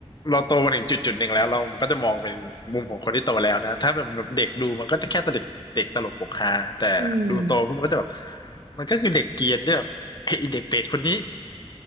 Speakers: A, on the left; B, on the right.
A: เราโตมาถึงจุดจุดหนึ่งแล้วเราก็จะมองเป็นมุมของคนที่โตแล้วนะถ้าแบบแบบเด็กดูมันก็จะแค่ตลกเด็กตลกปกฮาแต่ดูโตปุ๊บมันก็จะแบบ
B: อืม
A: มันก็คือเด็กเกรียนที่แบบเฮ้ยไอ้เด็กเปรตคนนี้